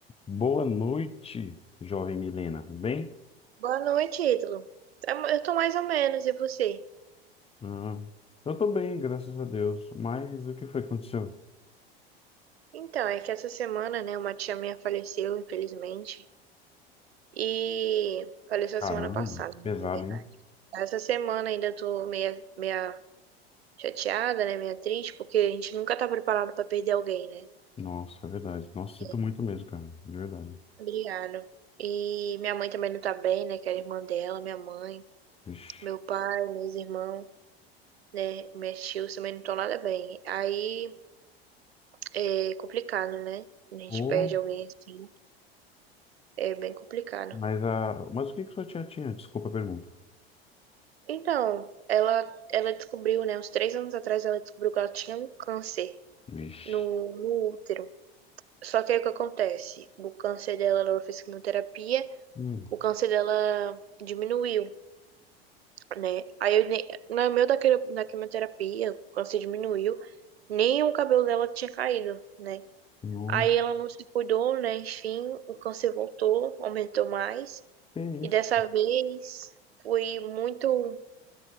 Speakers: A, on the left; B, on the right.
A: Boa noite, jovem Milena. Bem?
B: Boa noite, Ítalo. Eu tô mais ou menos, e você?
A: Ah, eu tô bem, graças a Deus. Mas o que foi que aconteceu?
B: Então, é que essa semana, né, uma tia minha faleceu, infelizmente, e faleceu
A: Caramba,
B: semana passada, né,
A: pesado,
B: na verdade.
A: hein?
B: Essa semana ainda tô meia, meia chateada, né, meia triste, porque a gente nunca tá preparado pra perder alguém, né?
A: Nossa, é verdade. Nossa, sinto
B: É,
A: muito mesmo, cara. De verdade.
B: Obrigado. E minha mãe também não tá bem, né, que era irmã dela, minha mãe,
A: Vixe.
B: meu pai, meus irmãos, né, meus tios também não estão nada bem. Aí é complicado, né? Quando A gente
A: Ô,
B: perde alguém assim. É bem complicado.
A: mas, a... mas o que que sua tia tinha? Desculpa a pergunta.
B: Então, ela, ela descobriu, né? Uns três anos atrás, ela descobriu que ela tinha um câncer
A: Vixe.
B: no, no útero. Só que aí o que acontece? O câncer dela, ela fez quimioterapia,
A: Hum,
B: o câncer dela diminuiu, né? Aí, eu ne- no meio daquele, da quimioterapia, o câncer diminuiu, nem o cabelo dela tinha caído, né?
A: nossa,
B: Aí ela não se cuidou, né? Enfim, o câncer voltou, aumentou mais.
A: que
B: E
A: isso?
B: dessa vez foi muito.